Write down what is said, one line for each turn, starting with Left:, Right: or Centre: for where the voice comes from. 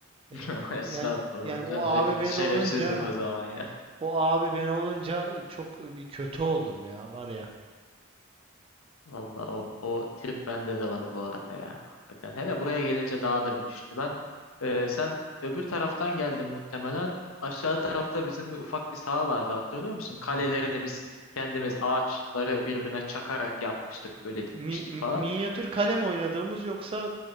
Right: e,
Left: <laughs> Estağfurullah
Right: yani yani o
Left: canım
Right: abi
Left: hepimiz
Right: ben
Left: şerefsizdik
Right: olunca
Left: o zaman ya.
Right: o abi ben olunca çok bir kötü oldum ya var ya.
Left: Valla o, o trip bende de var bu arada ya. Hakikaten. Hele buraya gelince daha da bir düştü. Ben e, sen öbür taraftan geldin muhtemelen. Aşağı tarafta bizim bir ufak bir saha vardı hatırlıyor musun? Kalelerini
Right: Aha.
Left: biz kendimiz ağaçları birbirine çakarak yapmıştık. Böyle dikmiştik
Right: Mi- mi-
Left: falan.
Right: minyatür kalem oynadığımız yoksa